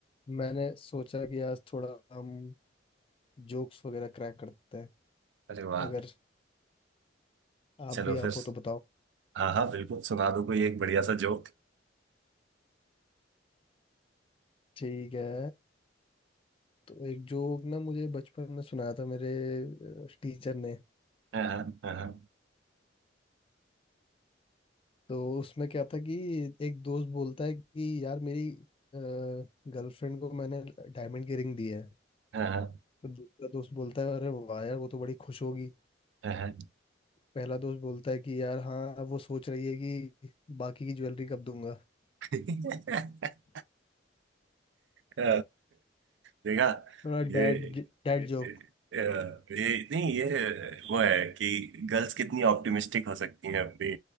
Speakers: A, on the left (about 30°); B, on the right (about 70°).
A: मैंने सोचा कि आज थोड़ा हम जोक्स वगैरह क्रैक करते हैं
B: अरे वाह
A: अगर आप
B: चलो
A: भी
B: फिर
A: आप हो तो बताओ
B: हाँ हाँ बिल्कुल सुना दो कोई एक बढ़िया सा जोक
A: ठीक है तो एक जोक ना मुझे बचपन में सुनाया था मेरे टीचर ने
B: हाँ हाँ
A: तो उसमें क्या था कि एक दोस्त बोलता है कि यार मेरी गर्लफ्रेंड को मैंने डायमंड की रिंग दी है
B: हाँ हाँ
A: तो दूसरा दोस्त बोलता है अरे वाह यार वो तो बड़ी खुश होगी
B: हाँ हाँ।
A: पहला दोस्त बोलता है कि यार हाँ अब वो सोच रही है कि बाकी की ज्वेलरी कब दूंगा
B: <laughs> अ, देखा
A: थोड़ा
B: ये
A: डैड डैड जोक
B: अ, ये नहीं ये वो है कि गर्ल्स कितनी ऑप्टिमिस्टिक हो सकती हैं अपनी